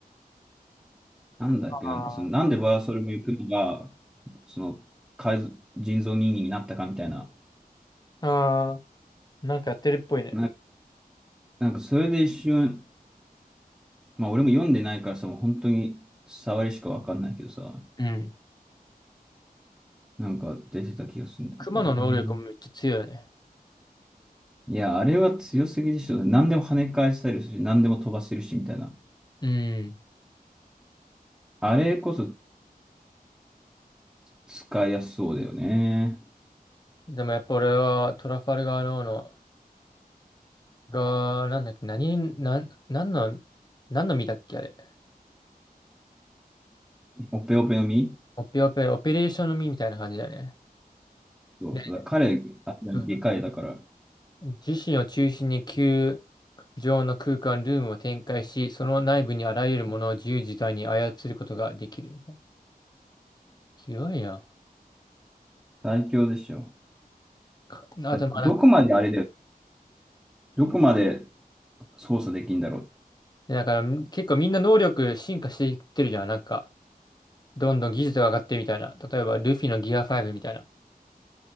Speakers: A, in the centre; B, on the left.
A: なんだっけ、
B: あ
A: なんかその、なんでバーソルミュークマが、その、改造人造人間になったかみたいな。
B: ああー、なんかやってるっぽいね。
A: な、なんかそれで一瞬、まあ俺も読んでないからさ、もう本当に触りしかわかんないけどさ、
B: うん
A: なんか出てた気がするんだよね。
B: 熊の能力もめっちゃ強いよね。
A: うんいや、あれは強すぎでしょ。何でも跳ね返したりするし、何でも飛ばせるしみたいな。
B: うん。
A: あれこそ使いやすそうだよね。
B: でもやっぱ俺はトラファルガーローの、が、なんだっけ、何、なん、何の、何の実だっけ、あれ。
A: オペオペの実
B: オペオペ、オペレーションの実みたいな感じだね。
A: そうそう。
B: で、
A: 彼、あ、でかいだから、
B: うん自身を中心に球状の空間、ルームを展開し、その内部にあらゆるものを自由自在に操ることができるみたいな。強いやん。
A: 最強でしょ。
B: かあと、
A: だどこまであれだよ。
B: まあ、なんか、
A: どこまで操作できんだろ
B: だから結構みんな能力進化していってるじゃん。なんか、どんどん技術が上がってるみたいな。例えば、ルフィのギア5みたいな。